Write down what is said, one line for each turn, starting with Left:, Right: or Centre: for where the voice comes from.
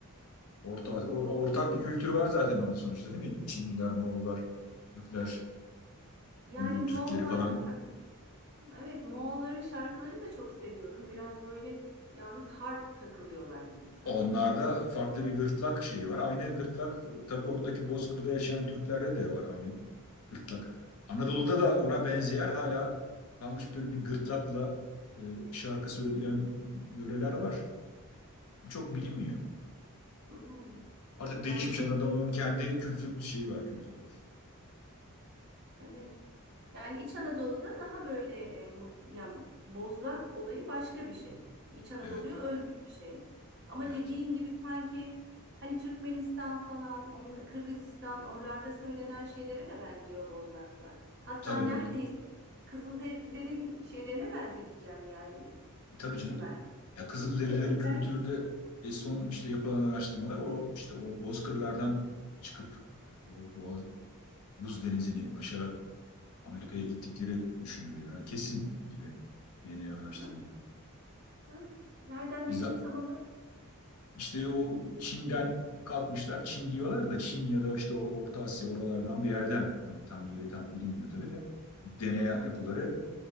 Left: Orta,
Right: Ha,
Left: o,
Right: onu
Left: ortak
Right: bilmiyorum.
Left: bir kültür var zaten orada sonuçta değil mi? Çinliler, Moğollar, Türkler,
Right: Yani
Left: Uygur Türkleri
Right: Moğollarla
Left: falan
Right: var mı? Evet, Moğolların şarkılarını da çok seviyorum. Biraz böyle yalnız hard takılıyorlar gibi sanki.
Left: Onlarda
Right: Yani
Left: farklı bir gırtlak şeyi var. Aynı gırtlak e, tabii oradaki Bozkır'da yaşayan Türklerde de var aynı gırtlak. Anadolu'da da ona benzeyen hala kalmış böyle bir gırtlakla e, şarkı söyleyen yöreler var. Bu çok bilinmiyor.
Right: hmm,
Left: Artık
Right: yani
Left: değişmiş
Right: kültür
Left: Anadolu'nun kendi kültür şeyi var, kültürü var.
Right: evet. Yani İç Anadolu'da daha böyle e, bu- yani bozlak olayı başka bir şey. İç Anadolu'ya
Left: Evet,
Right: özgü bir şey. Ama
Left: evet.
Right: dediğin gibi sanki hani Türkmenistan falan, onlar, Kırgızistan oralarda söylenen şeylere de benziyor bozlaklar. Hatta
Left: Tabii,
Right: neredeyse Kızılderililerin şeylerine benzeteceğim yani
Left: tabii
Right: kısmen.
Left: canım. Ya Kızılderililerin
Right: Değil mi?
Left: kültürü de e, son işte yapılan araştırmalar o işte o Bozkırlardan çıkıp e, o Boğaz, Buz Denizi'ni aşarak Amerika'ya gittikleri düşünülüyor. Yani kesin gibi DNA araştırmaları.
Right: Ha, ha. Nereden
Left: Bizzat
Right: dedin tam olarak?
Left: işte o Çin'den kalkmışlar. Çin diyorlar da Çin ya da işte o Orta Asya oralardan bir yerden. Hani tam yeri tam bilinmiyor tabii de. DNA
Right: Hı hı.
Left: yapıları